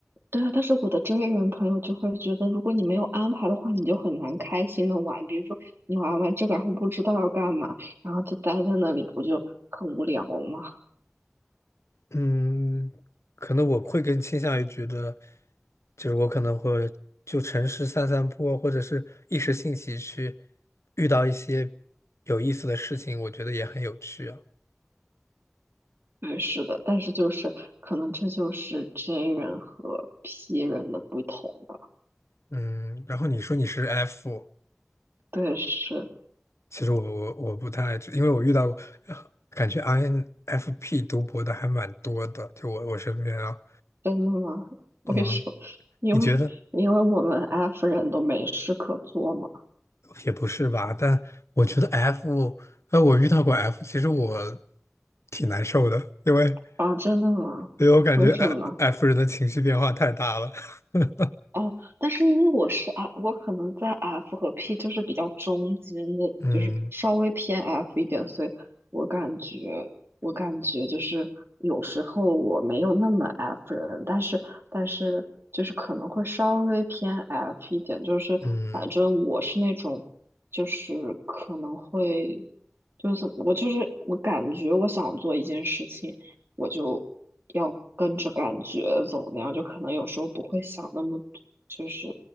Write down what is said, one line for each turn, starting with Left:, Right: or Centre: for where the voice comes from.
Right: 对啊，但是我的周围人朋友就会觉得，如果你没有安排的话，你就很难开心的玩。比如说，你玩完这个，然后不知道要干嘛，然后就待在那里，不就很无聊吗？
Left: 嗯，可能我会更倾向于觉得，就是我可能会就城市散散步啊，或者是一时兴起去遇到一些有意思的事情，我觉得也很有趣啊。
Right: 对，是的，但是就是可能这就是 J 人和 P 人的不同吧。
Left: 嗯，然后你说你是 F，
Right: 对，是
Left: 其实我我我不太，因为我遇到过，感觉 INFP 读博的还蛮多的，就我我身边啊。
Right: 真的吗？<laughs> 为什么？
Left: 嗯，
Right: 因为因为我们
Left: 你觉得
Right: F 人都没事可做嘛。
Left: 也不是吧？但我觉得 F，呃，我遇到过 F，其实我挺难受的，因为
Right: 啊，真的吗？
Left: 因为我感觉
Right: 为什么呢？
Left: F F 人的情绪变化太大了。<laughs>
Right: 哦，但是因为我是 F，我可能在 F 和 P 就是比较中间的，
Left: 嗯
Right: 就是稍微偏 F 一点，所以我感觉，我感觉就是有时候我没有那么 F 人，但是但是就是可能会稍微偏 F 一点，就是反正我是那种，
Left: 嗯
Right: 就是可能会，就是怎么我就是我感觉我想做一件事情。我就要跟着感觉走那样，就可能有时候不会想那么多，就是